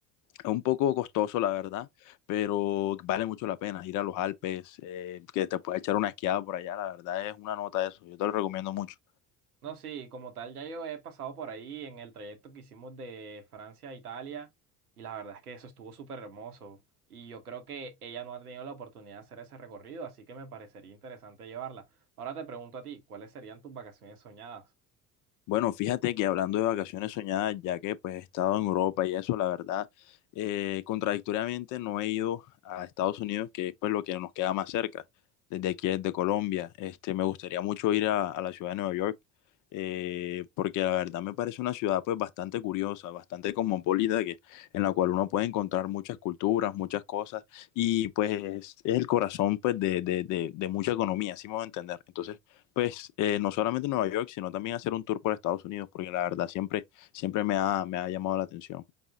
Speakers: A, on the left; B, on the right.
A: es un poco costoso, la verdad, pero vale mucho la pena ir a los Alpes, eh, que te puedes echar una esquiada por allá, la verdad es una nota eso, yo te lo recomiendo mucho.
B: No, sí, como tal, ya yo he pasado por ahí en el trayecto que hicimos de Francia a Italia y la verdad es que eso estuvo súper hermoso y yo creo que ella no ha tenido la oportunidad de hacer ese recorrido, así que me parecería interesante llevarla. Ahora te pregunto a ti, ¿cuáles serían tus vacaciones soñadas?
A: Bueno, fíjate que hablando de vacaciones soñadas, ya que pues he estado en Europa y eso, la verdad, eh, contradictoriamente no he ido a Estados Unidos, que es pues lo que nos queda más cerca, desde aquí, desde Colombia. Este, me gustaría mucho ir a, a la ciudad de Nueva York, eh, porque la verdad me parece una ciudad pues bastante curiosa, bastante cosmopolita, que, en la cual uno puede encontrar muchas culturas, muchas cosas, y pues es, es el corazón pues de, de, de, de mucha economía, así me voy a entender. Entonces, pues eh, no solamente en Nueva York, sino también hacer un tour por Estados Unidos, porque la verdad siempre, siempre me ha, me ha llamado la atención.